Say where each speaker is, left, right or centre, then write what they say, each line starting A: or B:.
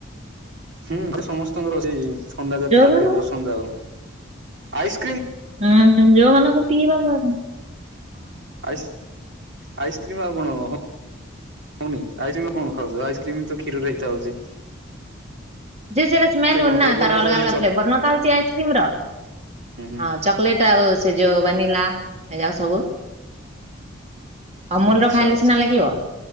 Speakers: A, on the right (about 65°); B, on the right (about 35°).
A: ହୁଁ, ସମସ୍ତଙ୍କର ସେଇ ଥଣ୍ଡା ଯାକ
B: ଯୋଉମାନଙ୍କୁ
A: ଖାଦ୍ୟ ପସନ୍ଦ ଆଉ। ଆଇସ୍
B: ହୁଁ, ଯୋଉ ମାନଙ୍କୁ ପିଇବା ପସ
A: ଆଇସ୍ ଆଇସ୍କ୍ରିମ୍ ଆଉ କଣ ହଉନି, ଆଇସ୍କ୍ରିମର କଣ ଖାଉଛ? ଆଇସ୍କ୍ରିମ ତ କ୍ଷୀରରେ ହେଇଥାଉଛି।
B: ଯେ ସେଇଟା ସ୍ମେଲ
A: ସେ
B: ହଉନି
A: କଣ
B: ନା।
A: ଫ୍ଲେଭର
B: ତାର
A: ପଥାଉଛି
B: ଅଲଗା ଅଲଗା
A: ଚ
B: ଫ୍ଲେଭର ନୁହଁ ଥାଉଛି ଆଇସ୍କ୍ରିମର। ହଁ
A: ହୁଁ ହୁଁ
B: ଚକଲେଟ୍ ଆଉ ସେ ଯୋଉ ବ୍ୟାନିଲା, ଏ ଯାଉ ସବୁ। ଅମୁଲର
A: ଆଚ୍ଛା
B: ଖାଇଲେ
A: ଆଚ୍ଛା।
B: ସିନା ଲାଗିବ।